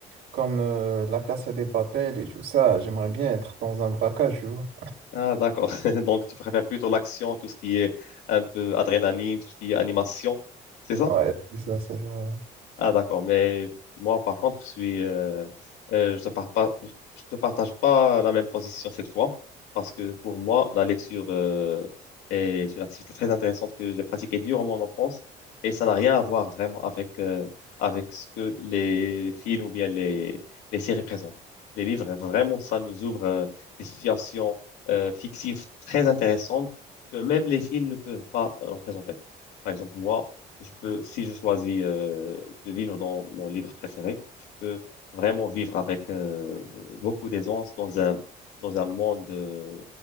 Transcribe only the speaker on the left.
Ah, d'accord. <laughs> Donc, tu préfères plutôt l'action, tout ce qui est un peu adrénaline, tout ce qui est animation, c'est ça?
Ah, d'accord. Mais moi, par contre, je suis, euh, euh, je te par- pas- je te partage pas la même position cette fois, parce que pour moi, la lecture, euh, est une activité très intéressante que j'ai pratiquée durant mon enfance, et ça n'a rien à voir vraiment avec, euh, avec ce que les films ou bien les, les séries présentent. Les livres, vraiment, ça nous ouvre, euh, des situations, euh, fictives très intéressantes que même les films ne peuvent pas euh, représenter. Par exemple, moi, je peux, si je choisis euh, de vivre dans mon livre préféré, je peux vraiment vivre avec euh, beaucoup d'aisance dans un, dans un monde euh,